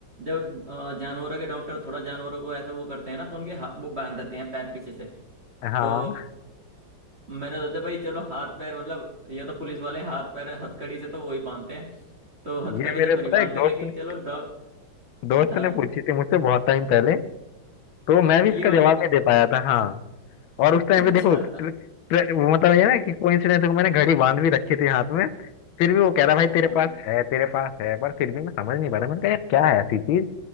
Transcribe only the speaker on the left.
हाँ
ये मेरे
पता
है, एक दोस्त
दोस्त
ने पूछी थी मुझसे बहुत टाइम पहले तो मैं भी
इसका
जवाब नहीं दे पाया था हाँ और उस टाइम
पे देखो ट्र- ट्र- वो मतलब ये
ना कि कोइंसिडेंस को मैंने घड़ी बांध भी रखी थी हाथ में फिर भी वो कह रहा भाई तेरे
पास है तेरे पास है पर फिर भी मैं समझ नहीं पा रहा मैंने कहा यार क्या है ऐसी चीज